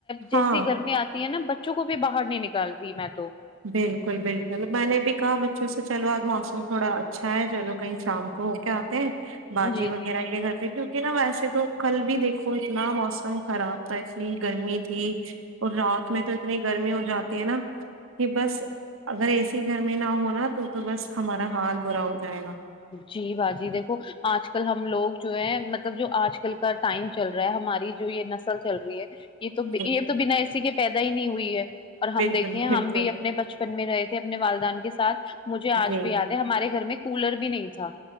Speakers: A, on the left; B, on the right.
A: جیسی
B: ہاں
A: گرمی آتی تی ہے نا بچوں کو بھی باہر نہیں نکالتی میں تو
B: بالکل بالکل میں نے بھی کہا بچوں سے چلو آج موسم تھوڑا اچھا ہے چلو کہیں شام کوہو ک آتے ہیں باجی
A: جی
B: وغیرہ
A: جی
B: کے گھر پہ کی کیو ک نا ویسے تو کل بھی دیکھو اتنا موسم خراب تھا اتنی گرمی تھی اور رات میں تو اتنی گرمی ہو جاتی ہے نا کہ بس اگر اے س گھر میں نہ ہوناا تو تو بس ہمارا حال برا ہو جائے گا
A: جی باجی دیکھو آج کل ہم لوگ جو ہے مطلب جو آج کل کا ٹائم چل رہا ہے ہماری جو یہ نسل چل رہی ہے یہ تو
B: جی
A: یہ تو بنا اسی کے پیدا ہی نہیں ہوئی ہے اور ہم
B: بالکل
A: دیکھیںے
B: بالکل
A: ہم بھی اپنے بچپن میں رہے تھے اپنے والدہ کے ساتھ مجھے آج
B: جی
A: بھی یاد ہمارے گھر میں کولر بھی نہیں تھا